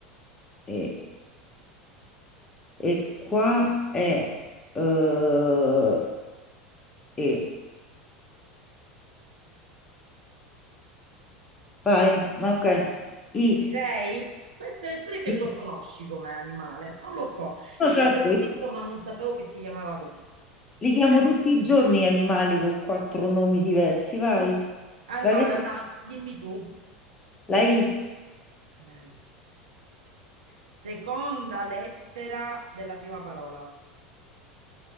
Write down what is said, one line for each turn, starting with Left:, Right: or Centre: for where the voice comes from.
Left: e, e qua è eh, e vai, ok. I,
Right: Ci sei? Può essere pure che
Left: i-
Right: lo conosci come animale, non lo so.
Left: no,
Right: Io
Left: certo,
Right: l'avevo
Left: io
Right: visto, ma non sapevo che si chiamava così.
Left: li chiamo tutti i giorni gli animali con quattro nomi diversi, vai.
Right: Mm. Allora,
Left: La lettera
Right: da- dimmi tu.
Left: la I,
Right: Dai. Seconda lettera della prima parola.